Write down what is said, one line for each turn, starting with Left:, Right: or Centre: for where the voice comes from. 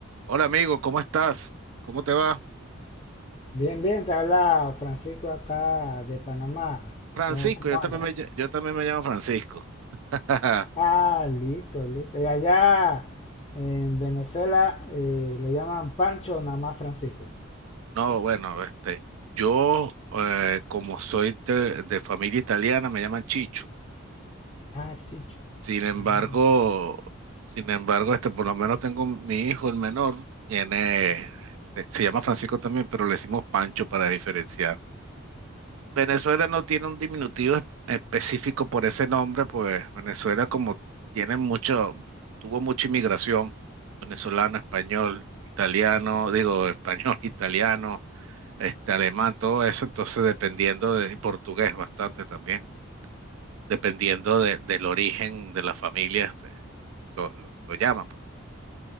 Right: Hola amigo, ¿cómo estás? ¿Cómo te va?
Left: Bien, bien, te habla Francisco acá de Panamá.
Right: Francisco,
Left: ¿Cómo, cómo
Right: yo también
Left: andas?
Right: me, ll- yo también me llamo Francisco. <laughs>
Left: Ah, listo, listo. Y allá en Venezuela eh, lo llaman Pancho, o nada más Francisco.
Right: No, bueno, este, yo eh, como soy de, de familia italiana me llaman Chicho.
Left: Ah, Chicho.
Right: Sin embargo,
Left: Ah.
Right: sin embargo, este, por lo menos tengo mi hijo, el menor, tiene, este, se llama Francisco también, pero le decimos Pancho para diferenciar. Venezuela no tiene un diminutivo es- específico por ese nombre, pues Venezuela como tiene mucho, tuvo mucha inmigración, venezolano, español, italiano, digo español, <laughs> italiano, este alemán, todo eso, entonces dependiendo de, y portugués bastante también, dependiendo de- del origen de la familia, este, lo, lo, lo llaman, pues.